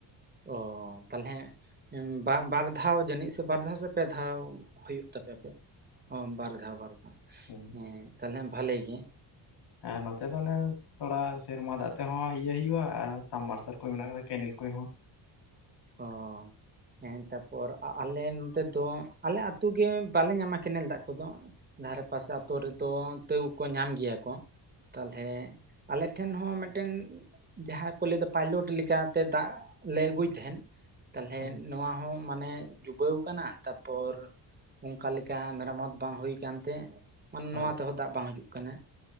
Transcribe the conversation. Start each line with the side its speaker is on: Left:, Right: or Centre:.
Right: ᱚᱻ, ᱛᱟᱦᱚᱞᱮ, ᱵᱟᱢ ᱵᱟᱨ ᱫᱷᱟᱣ ᱡᱟᱹᱱᱤᱡ ᱥᱮ, ᱵᱟᱨ ᱫᱷᱟᱣ ᱥᱮ? ᱯᱮ ᱫᱷᱟᱣ ᱾ ᱦᱩᱭᱩᱜ ᱛᱟᱯᱮ, ᱟᱯᱮᱭᱟ ᱾ ᱦᱚᱸ! ᱵᱟᱨ ᱫᱷᱟᱣ, ᱵᱟᱨ ᱫᱷᱟᱣ
Left: ᱦᱩᱸ᱾
Right: ᱾ ᱦᱮᱸ ᱛᱟᱦᱚᱞᱮ ᱵᱷᱟᱞᱞᱤ ᱜᱮ ᱾
Left: ᱦᱮᱸ ᱱᱚᱛᱮ ᱫᱚ ᱚᱱᱮ ᱛᱷᱚᱲᱟ ᱥᱮᱨᱢᱟ ᱫᱟᱜ ᱛᱮᱦᱚᱸ ᱤᱭᱟᱹ ᱦᱳᱭᱳᱜᱼᱟ ᱾ ᱟᱨ ᱥᱟᱵᱢᱟᱨᱥᱟᱞ ᱠᱚ, ᱢᱮᱱᱟᱜ ᱟᱠᱟᱫᱟ ᱾ ᱠᱮᱱᱮᱞ ᱠᱩᱸᱭ ᱦᱚᱸ
Right: ᱚᱻ ᱾ ᱦᱮᱸ, ᱛᱟᱯᱚᱨ ᱟᱞᱮ ᱱᱚᱛᱮ ᱫᱚ, ᱟᱞᱮ ᱟᱛᱳ ᱜᱮ ᱵᱟᱞᱮ ᱧᱟᱢᱟ, ᱠᱮᱱᱮᱞ ᱫᱟᱜ ᱠᱚᱫᱚ ᱾ ᱫᱷᱟᱨᱮ ᱯᱟᱥᱮ, ᱟᱛᱳ ᱨᱮᱫᱚ, ᱛᱟᱹᱣ ᱠᱚ, ᱧᱟᱢ ᱜᱮᱭᱟ ᱠᱚ ᱾ ᱛᱟᱦᱚᱞᱮ, ᱟᱞᱮ ᱴᱷᱮᱱ ᱦᱚᱸ ᱢᱤᱫᱴᱮᱱ ᱡᱟᱦᱟᱸ ᱠᱚ ᱞᱟᱹᱭ ᱮᱫᱟ ᱯᱟᱭᱞᱚᱴ ᱞᱮᱠᱟᱻᱛᱮ ᱫᱟᱜ ᱞᱮ ᱟᱹᱜᱩᱭ ᱛᱟᱦᱮᱸᱫ ᱛᱟᱦᱞᱮ,
Left: ᱦᱳᱭ
Right: ᱱᱚᱣᱟ ᱦᱚᱸ ᱢᱟᱱᱮ ᱡᱩᱜᱟᱹᱣ ᱟᱠᱟᱱᱟ ᱾ ᱛᱟᱯᱚᱨ, ᱚᱸᱠᱟ ᱞᱮᱠᱟ ᱢᱮᱨᱟᱢᱚᱛ ᱵᱟᱝ ᱦᱩᱭ ᱟᱠᱟᱱ ᱛᱮ ᱢᱟᱱᱮ
Left: ᱦᱳᱭ
Right: ᱱᱚᱣᱟ ᱛᱮᱦᱚᱸ ᱫᱟᱜ ᱵᱟᱝ ᱦᱤᱡᱩᱜ ᱠᱟᱱᱟ᱾